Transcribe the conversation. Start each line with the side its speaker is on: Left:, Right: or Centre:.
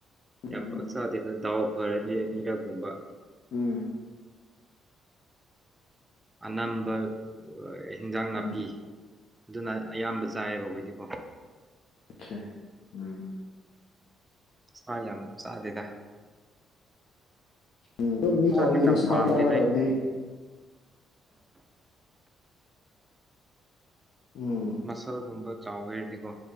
Left: ꯎꯝ
Right: ꯌꯥꯝ ꯄꯥꯛ ꯆꯥꯗꯦ ꯗꯥꯎ ꯐꯔꯗꯤ ꯑꯅꯤꯔꯛꯒꯨꯝꯕ <inaudible>
Left: ꯎꯝ
Right: ꯑꯅꯝꯕ ꯑꯣꯢ ꯏꯟꯖꯥꯡ ꯅꯥꯄꯤ
Left: ꯎꯝ
Right: ꯑꯗꯨꯅ ꯑꯌꯥꯝꯕ ꯆꯥꯏꯌꯦꯕ ꯑꯣꯈꯣꯏꯗꯤ ꯀꯣ
Left: ꯑꯣꯛꯈꯦ ꯎꯝ
Right: ꯁꯥ ꯌꯥꯝ ꯆꯥꯗꯦꯗ
Left: ꯎꯝ ꯃꯤ
Right: ꯁꯥꯁꯨ
Left: ꯆꯥꯎꯅꯤꯗꯤ
Right: ꯌꯥꯝ
Left: ꯁꯥ
Right: ꯄꯥꯝꯗꯦꯗ
Left: ꯆꯥꯒꯗꯕꯅꯦ
Right: ꯑꯩꯗꯤ
Left: ꯎꯝ
Right: ꯃꯁꯜ ꯒꯨꯝꯕ ꯆꯩꯋꯦ ꯍꯥꯏꯔꯗꯤꯀꯣ